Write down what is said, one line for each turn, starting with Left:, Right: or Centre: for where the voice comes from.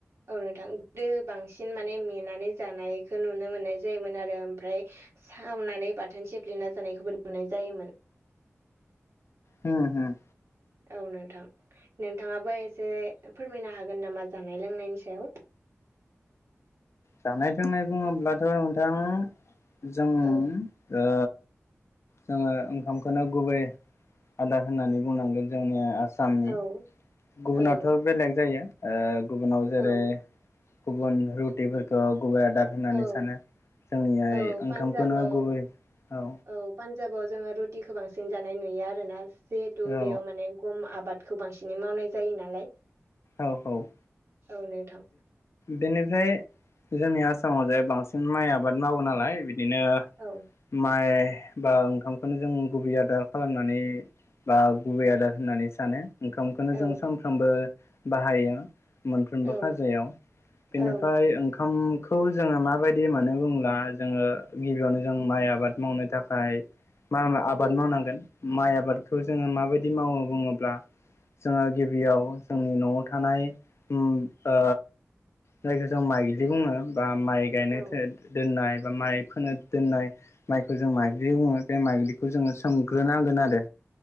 Right: औ नोंथां गोदो बांसिन माने मेनानै जानायखौ नुनो मोननाय जायोमोन आरो ओमफ्राय सावनानै बाथोन सेफ्लेना जानायखौबो नुनाय जायोमोन।
Left: होम होम।
Right: औ नोंथां नोंथाङाबो एसे फोरमायनो हागोन नामा जानाय लोंनायनि सायाव।
Left: जानाय लोंनाय बुङोब्लाथ' नोंथां जों ओ
Right: औ
Left: जोङो ओंखामखौनो गुबै आदार होननानै बुंनांगोन जोंनिया आसामनि
Right: औ
Left: गुबुनावथ'
Right: औ
Left: बेलेग जायो ओ गुबुनाव जेरै
Right: औ
Left: गुबुन रुटिफोरखौ गुबै आदा होननानै
Right: औ
Left: सानो जोंनिया
Right: औ
Left: ओंखामखौनो
Right: पान्जाबाव
Left: गुबै औ
Right: औ पान्जाबाव जोङो रुटिखौ बांसिन जानाय नुयो आरोना जिहेथु
Left: औ
Right: बेयाव माने गम आबाद। खौ बांसिनै मावनाय जायो नालाय
Left: औ औ।
Right: औ नोंथां।
Left: बेनिफ्राय जोंनि आसामाव जाय बांसिन माइ आबाद मावो नालाय बिदिनो।
Right: औ।
Left: माइ बा ओंखामखौनो जों गुबै आदार खालामनानै। बा गुबै आदार होननानै सानो ओंखामखौनो
Right: औ
Left: जों सानफ्रामबो बाहायो
Right: औ
Left: खाजायाव बेनिफ्राय
Right: औ
Left: ओंखाम खौ जोङो मा बायदि होनानो बुला जोङो गिबियावनो जों माइ आबाद मावनो थाखाय मा आबाद
Right: औ
Left: मावनांगोन माइ आबादखौ जोङो मा बायदि मावो बुङोब्ला जोङो गिबियाव जोंनि न'आव थानाय। ओ जायखौ जों माइज्लि बुङो बा माइ गायनाय
Right: औ
Left: दोननाय बा माइ फोनो दोनना माइखौ जों माइग्लि बुङो बे माइग्लिखौ जोङो सोमग्रोनांगोन आरो